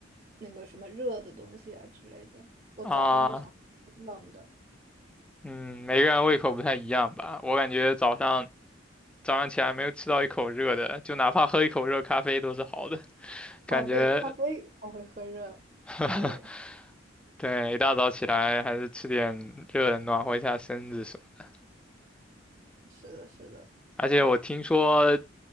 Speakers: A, on the right (about 35°); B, in the centre.
A: 那个什么热的东西啊之类的。我早上就想吃冷的。
B: 啊嗯，每个人胃口不太一样吧。我感觉早上早上起来没有吃到一口热的，就哪怕喝一口热咖啡都是好的。感觉，
A: 哦，对，咖啡我会喝热。
B: <laughs>
A: 对，
B: 对，一大早起来还是吃点热的暖和一下身子什么。
A: 是的，是的。
B: 而且我听说